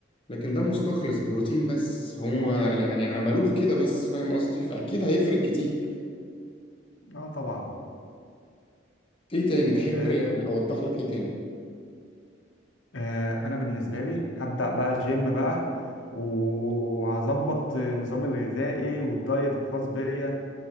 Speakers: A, on the left (about 30°); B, on the left (about 85°).
A: لكن ده مستخلص بروتين بس هما يعني عملوه كده بس فاهم قصدي فأكيد هيفرق كتير
B: اه طبعا
A: إيه تاني تحب
B: آه
A: يعني أوضح لك إيه تاني
B: آه انا بالنسبه لي هبدا بقى جيم بقى وهظبط نظامي الغذائي والدايت الخاص بيا